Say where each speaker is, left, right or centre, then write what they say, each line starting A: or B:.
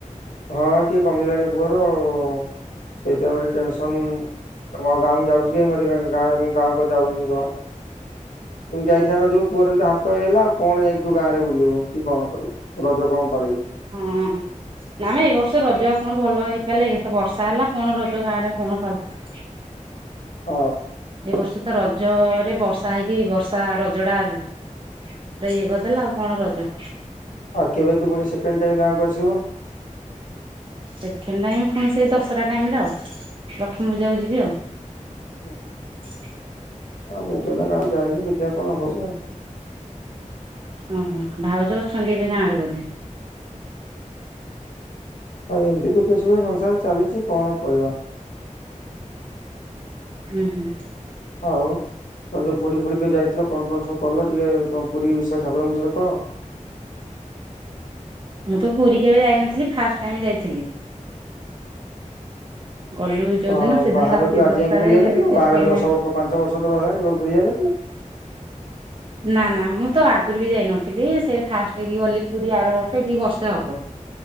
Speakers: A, on the left; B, on the right.
A: ହଁ ଟିକେ କମିଲାଣି ପୁଅର ଆଉ। ସେଇଥି ପାଇଁ ଗୋଟେ ଟେନସନ୍ ତମ ଗାଁକୁ ଯାଉଛି କି ମତେ ଗାଁ ମୁଁ ଗାଁକୁ ଯାଉନି ଜମା। ଯାଇଥାନ୍ତୁ ପୁଅର ଏମିତି ହାତ ହେଇଗଲା ଆଉ କଣ ଯାଇକି ତୁ ଗାଁରେ ବୁଲିବୁ କି କଣ କରିବୁ। ରଜ କଣ ପାଳିବୁ।
B: ହଁ ନା ମ ଏଇ ବର୍ଷ ରଜ ଆଉ କଣ ଭଲ ହେଇ କହିଲେ ଇଏ ତ ବର୍ଷା ହେଲା କଣ ରହୁଛ ଗାଁ ରେ କଣ ପାଳୁଛ
A: ଅ
B: ଏ ବର୍ଷ ତ ରଜରେ ବର୍ଷା ବର୍ଷା ହେଇକି ବର୍ଷା ରଜଟା ପୁରା ଇଏ କରିଦେଲା ଆଉ କଣ ରଜ।
A: ହଁ କେବେ ତୁ ପୁଣି ସେକେଣ୍ଡ ଟାଇମ ଗାଁକୁ ଆସିବୁ?
B: ସେକେଣ୍ଡ ଟାଇମ ପୁଣି ସେଇ ଦଶହରା ଟାଇମରେ ଆଉ, ଲକ୍ଷ୍ମୀ ପୂଜାକୁ ଯିବି ଆଉ।
A: <unintelligible>
B: <inaudible>
A: ଆଉ ମୁଁ ତ ଏଇନା ଗାଁକୁ ଯାଇନି ଦେଖିବା କଣ ହଉଛି ଆଉ।
B: ଓହୋ ଭାଉଜ ଅଛନ୍ତି ଏବେ ଗାଁ ରେ ବୋଧେ?
A: ଆଉ ଏମିତି ଦୁଃଖେ ସୁଖେ ସଂସାର ଚାଲିଛି କଣ କହିବା।
B: ହୁଁ - ହୁଁ।
A: ହଉ। ତମେ ଯୋଉ ପୁରୀ ଫୁୁରୀ କି ଯାଇଥିଲ କଣ କଣ ସବୁ କଲ, ଟିକେ ତମ ପୁରୀ ବିଷୟରେ ଠାକୁରଙ୍କ ବିଷୟରେ କହ। <unintelligible>
B: ମୁଁ ତ ପୁରୀ କେବେ ଯାଇ ନଥିଲି, ଫାଷ୍ଟ ଟାଇମ ଯାଇଥିଲି। ଗଲୁ ଯୋଉଦିନ
A: ହଁ,
B: ସେଦିନ
A: ବାହାଘର
B: ରାତି
A: ଠୁ ଆଜି
B: ଦଶଟାରେ
A: ଯାଏଁ ପୁରୀ ଯାଇ ନଥିଲୁ,
B: ଷ୍ଟେସନରେ
A: ବାହାଘର ଦଶ ପାଞ୍ଚ ବର୍ଷ ଧରି ହେଲାଣି ପୁରୀ ଯାଇ ନଥିଲୁ।
B: ନା ନା ମୁଁ ତ ଆଗରୁ ବି ଯାଇନଥିଲି ସେ ଫାଷ୍ଟ କି ଗଲି ପୁରୀ ଆର ବର୍ଷ ଏଇଠିକି ବର୍ଷେ ହବ।